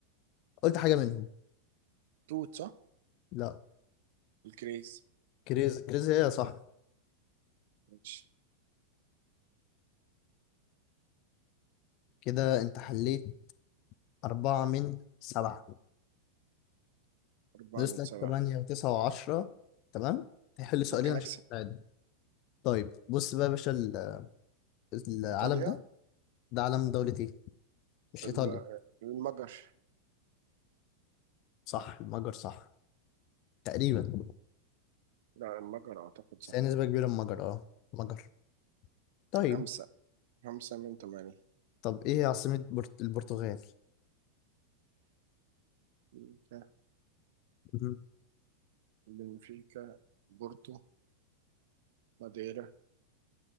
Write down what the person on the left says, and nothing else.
قلت حاجة منهم
لا
كريز كريز هي صح
كده انت حليت أربعة من سبعة
ناقص
لك
تمانية وتسعة وعشرة تمام هيحل سؤالين
عشان
تتعادل طيب بص بقى يا باشا ال- العلم
ده ده علم دولة ايه؟ مش
إيطاليا
صح المجر صح تقريبا
بس
هي نسبة كبيرة المجر اه المجر طيب
طب ايه عاصمة برت... البرتغال؟
مهم.